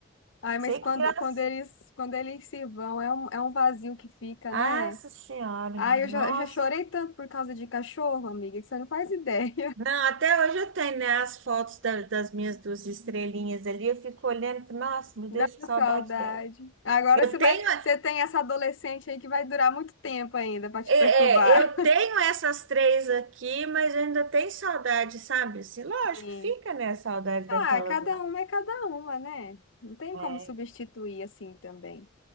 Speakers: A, on the left; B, on the right.
A: Ai,
B: Sei
A: mas quando,
B: que graça.
A: quando eles, quando eles se vão, é um, é um vazio que fica,
B: Nossa
A: né?
B: Senhora,
A: Ai,
B: nossa.
A: eu já, eu já chorei tanto por causa de cachorro, amiga, que você não faz ideia.
B: Não, até hoje eu tenho, né, as fotos da- das minhas duas estrelinhas ali. Eu fico olhando, e falo, nossa,
A: <laughs>
B: meu Deus,
A: Dá uma
B: que saudade
A: saudade.
B: dela.
A: Agora
B: Eu
A: você
B: tenho,
A: vai, você tem essa adolescente aí que vai durar muito tempo ainda pra te
B: é,
A: perturbar.
B: é, eu tenho essas três aqui, mas eu ainda tenho saudade, sabe? Assim, lógico,
A: <laughs> Sim.
B: fica, né, a saudade
A: Ah,
B: daquelas
A: cada
B: lá.
A: uma é cada uma, né? Não tem
B: É.
A: como substituir assim também.